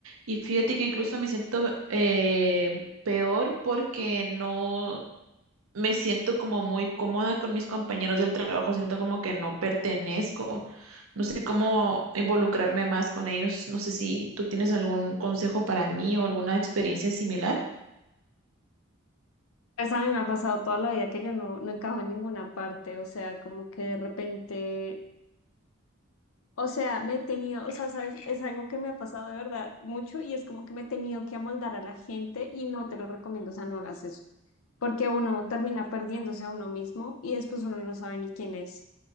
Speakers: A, on the right (about 85°); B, on the left (about 85°).
A: y fíjate que incluso me siento eh, peor porque no me siento como muy cómoda con mis compañeros del trabajo, siento como que no pertenezco, no sé cómo involucrarme más con ellos, no sé si tú tienes algún consejo para mí o alguna experiencia similar.
B: Pues a mí me ha pasado toda la vida que yo no, no encajo en ninguna parte, o sea, como que de repente, o sea, me he tenido, o sea, sabes, es algo que me ha pasado de verdad mucho y es como que me he tenido que amoldar a la gente y no te lo recomiendo, o sea, no hagas eso, porque uno termina perdiéndose a uno mismo y después uno no sabe ni quién es.